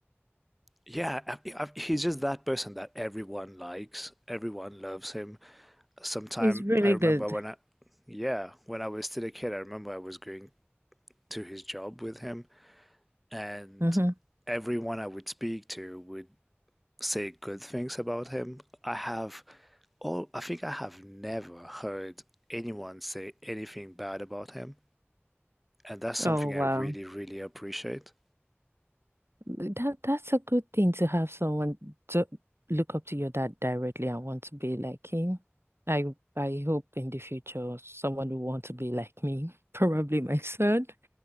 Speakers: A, in the centre; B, on the right.
A: yeah, I, I, he's just that person that everyone likes, everyone loves him. Sometime
B: It's really
A: I remember
B: good.
A: when I, yeah, when I was still a kid, I remember I was going to his job with him, and
B: hmm
A: everyone I would speak to would say good things about him. I have all, I think I have never heard anyone say anything bad about him, and that's something
B: Oh, wow.
A: I really, really appreciate.
B: That that's a good thing to have someone to look up to your dad directly and want to be like him. I I hope in the future someone will want to be like me, <laughs> probably my son